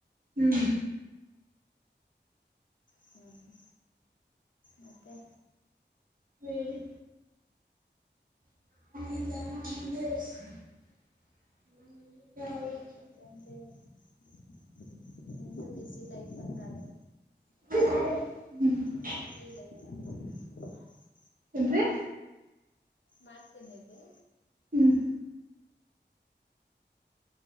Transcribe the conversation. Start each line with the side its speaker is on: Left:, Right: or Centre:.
Right: ಹ್ಮ್
Left: ಹ್ಮ್ ಮತ್ತೆ
Right: ಹೇಳಿ ಹ
Left: <unintelligible> ನಿಮ್ದು ಬಿಸಿ ಲೈಫ್ ಹಂಗಾದ್ರೆ.
Right: <inaudible> ಹ್ಮ್
Left: <unintelligible>
Right: ಎನ್ರಿ
Left: ಮಾಡ್ತೀನಿರಿ
Right: ಹ್ಮ್